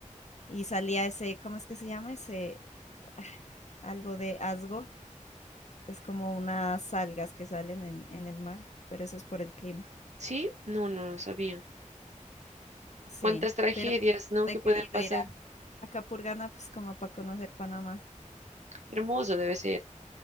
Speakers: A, on the left; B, on the right.
A: y salía ese, ¿cómo es que se llama? Ese, <laughs> ah, algo de asgo, es como unas algas que salen en, en el mar, pero eso es por el clima.
B: ¿sí? No, no, no sabía.
A: Sí,
B: Cuántas tragedias,
A: pero
B: ¿no?
A: he
B: Que
A: querido
B: pueden pasar.
A: ir a, a Capurganá, pues como para conocer Panamá.
B: Hermoso debe ser.